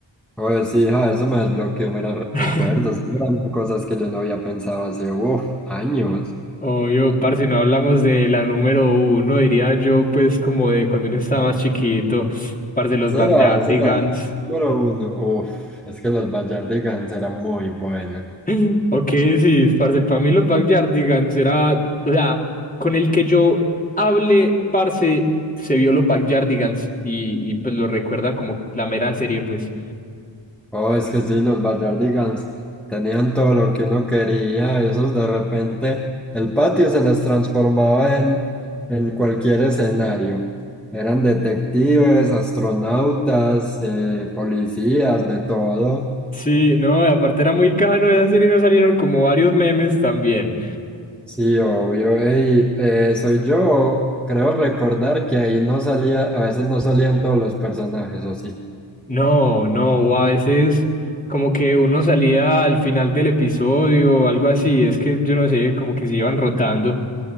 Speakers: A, in the centre; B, on the left (about 15°).
A: Oye, sí, hija, eso me desbloqueó meros
B: <laughs>
A: recuerdos. Esas eran cosas que yo no había pensado hace, uff, años.
B: Obvio, parce, no hablamos de la número uno, diría yo, pues como de cuando uno estaba más chiquito, parce, los
A: Será,
B: Backyardigans.
A: será. Número uno, uff, es que los Gallardigans eran muy buenos.
B: <laughs> Ok, sí, parce, para mí los Backyardigans era, o sea, con el que yo hable, parce, se vio los Backyardigans y, y pues lo recuerda como la mera serie, pues.
A: Oh, es que sí, los Gallardigans tenían todo lo que uno quería. Esos de repente, el patio se les transformaba en, en cualquier escenario. Eran detectives, astronautas, eh, policías, de todo.
B: Sí, no, y aparte era muy cajano esa serie, nos salieron como varios memes también.
A: Sí, obvio. Ey, eh, soy yo. Creo recordar que ahí no salía, a veces no salían todos los personajes, ¿o sí?
B: No, no, o a veces como que uno salía al final del episodio o algo así, es que yo no sé, como que se iban rotando.